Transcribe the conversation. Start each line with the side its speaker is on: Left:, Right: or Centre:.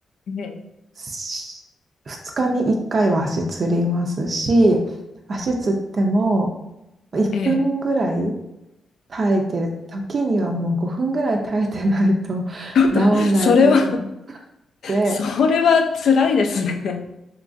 Left: ええ。
Right: し2日に1回は足つりますし、足つっても、1分ぐらい
Left: ええ。
Right: 耐えてる時にはもう5分ぐらい耐えてないと <laughs>
Left: ちょっと、
Right: 治んない時もあって、
Left: それは、それは辛いですね。